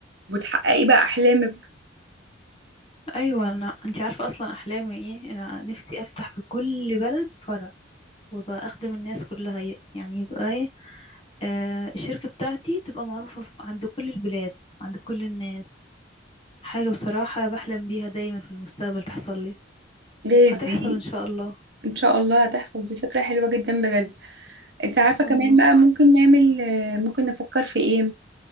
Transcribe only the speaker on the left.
أيوة أنا أنت عارفة أصلا أحلامي إيه أنا نفسي أفتح في كل بلد فرع وابقى أخدم الناس كلها ي- يعني يبقى إيه آه الشركة بتاعتي تبقى معروفة في- عند كل البلاد عند كل الناس حاجة بصراحة بحلم بيها دايما في المستقبل تحصل لي
هتحصل
إن شاء الله
إن
شاء
الله